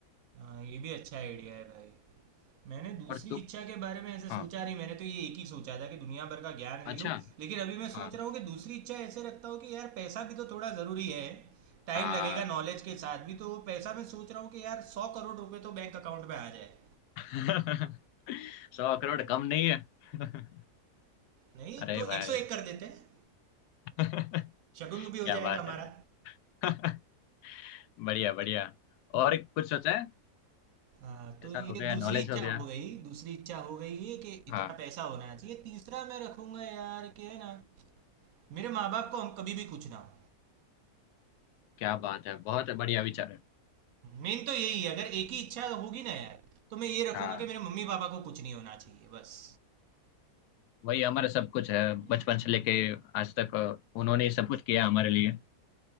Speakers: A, on the right (about 70°); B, on the left (about 80°).
A: हाँ, ये भी अच्छा आइडिया है भाई मैंने दूसरी
B: और तू
A: इच्छा के बारे में ऐसे सोचा
B: हाँ
A: नहीं मैंने तो ये एक ही सोचा था कि दुनिया भर का ज्ञान
B: अच्छा
A: ले लूँ लेकिन अभी मैं सोच
B: हाँ
A: रहा हूँ कि दूसरी इच्छा ऐसे रखता हूँ कि यार पैसा भी तो थोड़ा ज़रूरी है टाइम
B: हाँ
A: लगेगा नॉलेज के साथ भी तो पैसा मैं सोच रहा हूँ कि यार सौ करोड़ रुपए तो बैंक अकाउंट में आ जाए
B: <laughs> सौ
A: हाँ,
B: करोड़ कम नहीं है <laughs>
A: नहीं
B: अरे
A: तो
B: भाई
A: एक सौ एक कर देते हैं
B: <laughs>
A: शगुन भी हो
B: क्या
A: जाएगा
B: बात
A: हमारा
B: है यार <laughs> बढ़िया बढ़िया और कुछ सोचा है
A: हाँ तो
B: ऐसा
A: ये
B: हो गया
A: दूसरी
B: नॉलेज
A: इच्छा
B: हो गया
A: हो गई दूसरी इच्छा हो गई ये कि इतना
B: हाँ
A: पैसा होना चाहिए तीसरा मैं रखूंगा यार कि है ना मेरे माँ बाप को हम कभी भी कुछ ना हो
B: क्या बात है बहुत बढ़िया विचार है
A: मेन तो यही है अगर एक ही इच्छा होगी ना यार तो मैं ये रखूंगा
B: हाँ
A: कि मेरे मम्मी पापा को कुछ नहीं होना चाहिए बस
B: वही हमारा सब कुछ है
A: हम्म,
B: बचपन से लेके आज तक अ, उन्होंने ही सब कुछ किया हमारे लिए